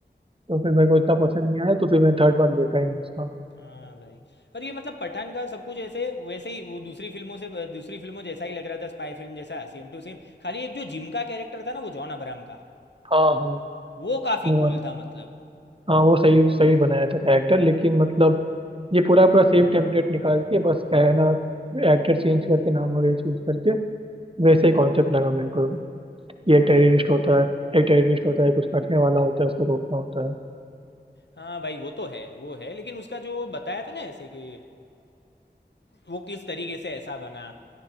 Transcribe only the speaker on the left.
हाँ भाई और ये मतलब पठान का सब कुछ ऐसे वैसे ही वो दूसरी फिल्मों से दूसरी फिल्मों जैसा ही लग रहा था स्पाई फिल्म जैसा सेम टू सेम खाली एक जो जिम का कैरेक्टर था ना वो जॉन अब्राहम का
वो काफी
कूल था मतलब
हाँ
हाँ भाई वो तो है वो है लेकिन उसका जो बताया था ना ऐसे कि वो किस तरीके से ऐसा बना